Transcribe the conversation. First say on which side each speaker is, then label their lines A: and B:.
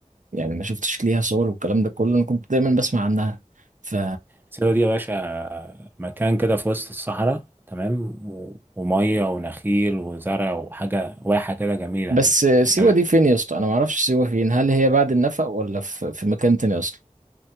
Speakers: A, on the right; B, on the right.
A: يعني ما شفتش ليها صور والكلام ده كله أنا كنت دايما بسمع عنها ف
B: سيوة دي يا باشا مكان كده في وسط الصحراء تمام و- ومية ونخيل وزرع وحاجة واحة كده جميلة
A: بس
B: يعني
A: سيوة
B: أنا-
A: دي فين يا اسطى أنا ما أعرفش سيوة فين هل هي بعد النفق ولا في في مكان تاني أصلا